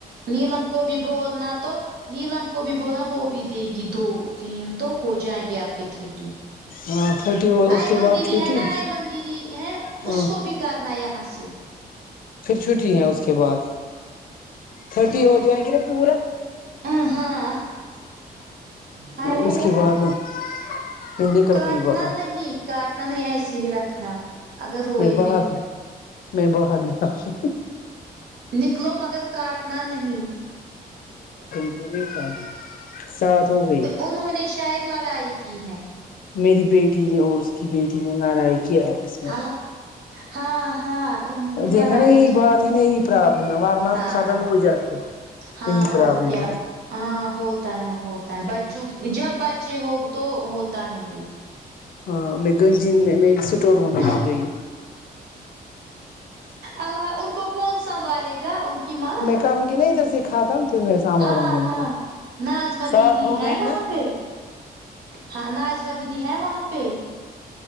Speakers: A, on the right; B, on the left.
A: نیلم کو بھی بولنا تو نیلم کو بھی بولا وہ بھی دے گی دو تین تو ہو جائیں گے آپ کی تھرٹی
B: ہاں تھرٹی ہو اس
A: ایمن
B: کے بعد
A: دیدی
B: چھٹی
A: ہے نا ایمن دیدی ہے
B: ہاں
A: اس کو بھی کرنا یہاں سے
B: پھر چھٹی ہے اس کے بعد تھرٹی ہو جائیں گے نا پورا
A: ہاں ہاں ہائے ہائے
B: اس
A: ہائے،
B: کے بعد میں پھر نکل
A: کاٹنا
B: گئی باہر
A: کاٹنا نہیں نہیں ایسے ہی رکھنا اگر روئے
B: میں باہر
A: بھی
B: نہیں میں باہر نہیں اتی
A: نکلو مگر کاٹنا نہیں
B: میں نہیں تھا ساتھ ہوگا
A: انہوں نے شاید لڑائی کی ہے
B: میری بیٹی نے اور اس کی بیٹی نے لڑائی کی آپس میں
A: خال ہاں ہاں انوں نے
B: دیکھا
A: لڑائی
B: نا یہی
A: مجھے
B: بات
A: <unintelligible>
B: ہے نا یہی پرابلم ہے ورنہ
A: ہاں
B: ختم
A: ہاں
B: ہو جاتے یہی
A: ہاں
B: پرابلم
A: اور کیا
B: ہے
A: ہاں ہوتا ہے ہوتا ہے بچوں جب بچے ہوگ تو ہوتا ہے یہ
B: ہاں میں گی دن میں اسٹور روم میں
A: نہیں
B: گئی
A: اللہ ان کو کون سنبھالے گا ان کی ماں
B: کرونگی نا ادھر سے ختم پھر میں سنبھالوں
A: ہاں
B: گی ان
A: ہاں
B: کو
A: ناظمہ
B: سات
A: دیدی
B: ہو
A: ہے
B: گئے
A: وہاں
B: نا
A: پہ ہاں ناظمہ دیدی ہیں وہاں پہ